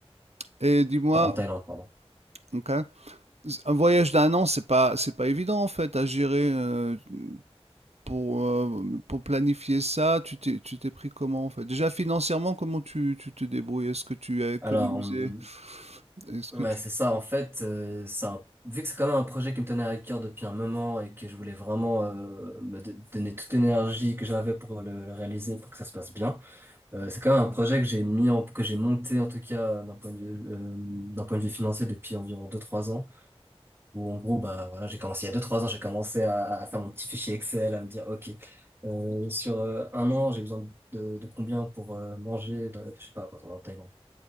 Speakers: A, on the right (about 85°); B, on the right (about 25°).
A: Et dis-moi,
B: Enfin, en Thaïlande, pardon.
A: ok, Un voyage d'un an, c'est pas, c'est pas évident en fait à gérer euh, pour, euh, pour planifier ça. Tu t'es, tu t'es pris comment en fait? Déjà financièrement, comment tu, tu te débrouilles? Est-ce que tu as économisé?
B: Alors, hum,
A: Est-ce
B: ouais,
A: que tu,
B: c'est ça. En fait, euh, c'est un- vu que c'est quand même un projet qui me tenait à cœur depuis un moment et que je voulais vraiment euh, me do- donner toute l'énergie que j'avais pour le, le réaliser, pour que ça se passe bien. euh, c'est quand même un projet que j'ai mis en, que j'ai monté en tout cas euh, d'un point de vue, euh, d'un point de vue financier depuis environ deux-trois ans. Où en gros, bah voilà, j'ai commencé il y a deux trois ans, j'ai commencé à, à faire mon petit fichier Excel, à me dire, OK, euh, sur euh, un an, j'ai besoin de, de combien pour euh, manger, de- je sais pas, par exemple, en Thaïlande.